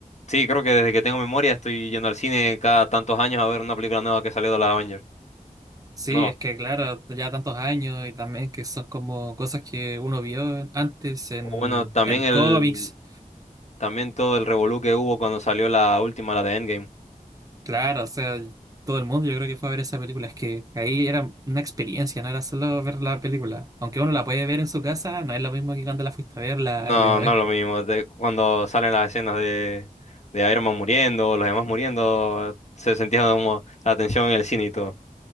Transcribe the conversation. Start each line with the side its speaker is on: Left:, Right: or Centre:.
Left: sí, creo que desde que tengo memoria estoy yendo al cine cada tantos años a ver una película nueva que salió de la Avengers.
Right: Sí,
Left: No.
Right: es que claro, ya tantos años y también que son como cosas que uno vio antes en,
Left: O bueno, también
Right: en cómics.
Left: el, también todo el revolú que hubo cuando salió la última, la de Endgame.
Right: Claro, o sea, todo el mundo yo creo que fue a ver esa película. Es que ahí era una experiencia, no era solo ver la película. Aunque uno la puede ver en su casa, no es lo mismo que cuando la fuiste a ver la,
Left: No,
Right: la primera
Left: no
Right: vez.
Left: es lo mismo. De- cuando salen las escenas de, de Iron Man muriendo, los demás muriendo, se sentía como la tensión en el cine y todo.